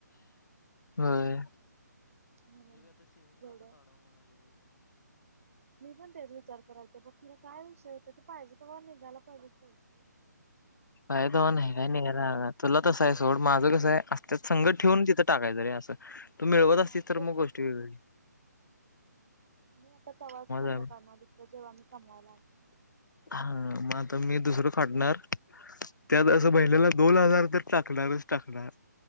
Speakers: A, on the left; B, on the right.
A: होय.
B: म्हणून जेवढं मी पण तेच विचार करालतो बघ तिला विषय होेतं ते पाहिजे <unintelligible> निघायला पाहिजेत पैशे
A: फायदा हो नाही काय नाही <unintelligible> तुला तसं आहे सोड माझं कसं आहे असतत संगत ठेवून तिथं टाकायं जरी असं तू मिळवत
B: हा
A: असतीस तर मग
B: तू
A: गोष्टी वेगवेगळी
B: मी आता तेव्हाच खातं
A: आहे
B: करणार दुसरा जेव्हा मी कमवाय लाग
A: हा मग आता मी दुसरं फाडणार त्यात असं महिनेला दोन हजार तर टाकणारच टाकणार.